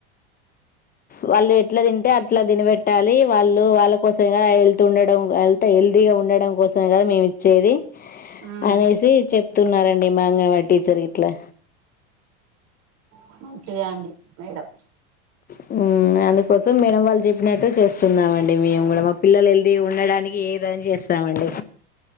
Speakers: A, on the left; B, on the right.
A: వాళ్ళు ఎట్లా తింటే అట్లా తినబెట్టాలి వాళ్ళు వాళ్ళ కోస హెల్త్ ఉండడం హల్త్ హెల్దీగా ఉండడం కోసంమే కదా మేము ఇచ్చేది
B: ఉమ్
A: అనేసి చెప్తున్నారండి మాంగనవాడి టీచర్ ఇట్లా
B: ఆ మంచిదే అండి మేడం
A: హ్మ్. అందుకోసం మేడం వాళ్ళు చెప్పినట్టు చేస్తున్నామండి మేము మేడం మా పిల్లలు హెల్దీ ఉండడానికి ఏదని చేస్తామ అండి